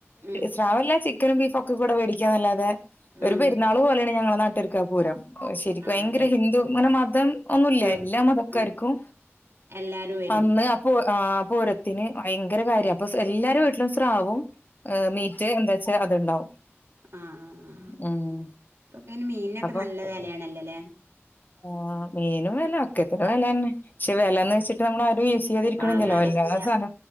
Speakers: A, on the right; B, on the left.
A: ഉം
B: സ്രാവല്ല ചി ചിക്കനും ബീഫ ഒക്കെ കൂടെ മേടിക്കാന്നല്ലാതെ ഒരു
A: ഉം
B: പെര്ന്നാൾ പോലെയാണ് ഞങ്ങളെ നട്ടരുക്കാ പൂരം. ശെരിക്കും
A: ആഹ്
B: ഭയങ്കര
A: അതെ
B: ഹിന്ദു ങ്ങനെ മതം ഒന്നുല്ല
A: ആഹ്
B: എല്ലാ മതക്കാർക്കും
A: ആഹ് എല്ലാരും വരും
B: അന്ന് ആ പൂരത്തിന് ഭയങ്കര കാര്യണ് അപ്പൊ എല്ലാരും വീട്ടിലും സ്രാവും മീറ്റ് ന്താ? ചെ അതുണ്ടാവും.
A: ആ ആ
B: ഉം
A: ഇപ്പൊക്കെ അയ്ന് മീനിനൊക്കെ
B: അപ്പൊ
A: നല്ല വിലയാണല്ലല്ലേ?
B: ആ മീനും വില ഒക്കെത്തനുവിലന്നെ പക്ഷെ
A: ആഹ്
B: വിലയന്ന് വെച്ചിട്ട് നമ്മള ആരും യൂസ് ചെയ്യാതിരിക്കണില്ലല്ലോ
A: വാങ്ങാതെക്കൂല
B: എല്ലാ സാധ